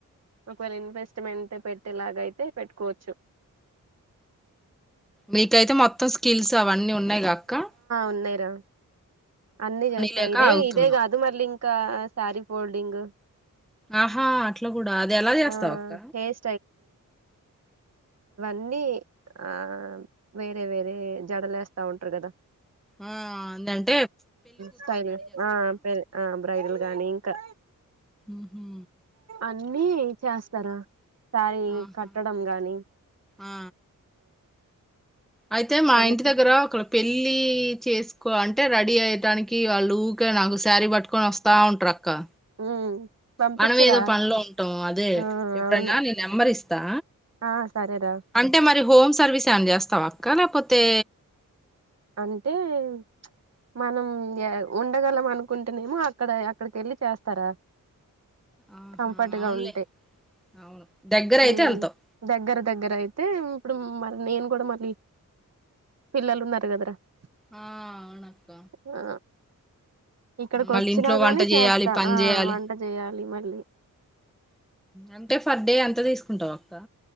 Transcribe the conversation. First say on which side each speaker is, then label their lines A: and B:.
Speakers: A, on the right (about 50°); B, in the centre.
A: ఒకవేళ ఇన్వెస్ట్మెంట్ పెట్టేలాగ అయితే పెట్టుకోవచ్చు
B: మీకైతే మొత్తం స్కిల్స్ అవన్నీ ఉన్నాయి్ కాక్క
A: ఉనాయిరా అన్ని చేస్తాయి
B: లేక
A: ఇదే
B: ఆగుతున్నాం
A: ఇదే కాదు మల్లి ఇంకా సారి ఫోల్డింగ్
B: ఆహా అట్లా కూడా అది ఎలా చేస్తావ
A: ఆ
B: అక్క
A: హెయిర్ అన్ని ఆ వేరే వేరే జడలు వేస్తా ఉంటారు కదా
B: ఆ అం
A: స్టైలి ఆ పె బ్రైడల్ గానీ ఇంకా
B: ఉహు,
A: అన్ని చేస్తారా సారీ
B: ఆహా
A: కట్టడం గానీ.
B: ఆ అయితే మా
A: పెళ్లి
B: ఇంటి
A: కూతు
B: దగ్గరా అక్కడ పెళ్ ళ్ళీ చేసుకో అంటే రెడీ అయటానికీ వాళ్ళు ఊకే నాకు శారీ పట్టుకొని వస్తా ఉంటరు అక్కా.
A: ఉమ్ పంపించరా
B: మనం ఏదో పనిలో ఉంటం అదే,
A: ఆ
B: ఎప్పుడన్నా
A: అవును
B: నీ నెంబర్ ఇస్తా.
A: ఆ సరేరా
B: అంటే మరి. హోమ్ సర్వీస్ ఏమన్న చేస్తావా అక్కా లేకపోతే.
A: అంటే ప్చ్ మనం ఎ ఉండగలం అనుకుంటేనేమో అక్కడ అక్కడికెళ్ళి చేస్తారా.
B: ఆహా
A: కంఫర్ట్
B: అవునులే.
A: గా ఉంటే
B: అవును దగ్గర అయితే
A: ఉమ్
B: యెల్తావ్.
A: దగ్గర దగ్గర అయితే ఇప్పుడు మరి నేను కూడా మళ్ళీ ప్చ్ పిల్లలు ఉన్నరు కదా.
B: ఆ
A: <unintelligible>
B: అవునక్క
A: ఆ ఇక్కడికి
B: మళ్ళీ
A: వచ్చినా
B: ఇంట్లో వంట
A: కానీ చేస్తా.
B: చేయాలి పని
A: ఆ
B: చేయాలి
A: వంట చేయాలి మల్ లి
B: అంటే ఫర్ డే ఎంత తీసుకుంటవు అక్కా.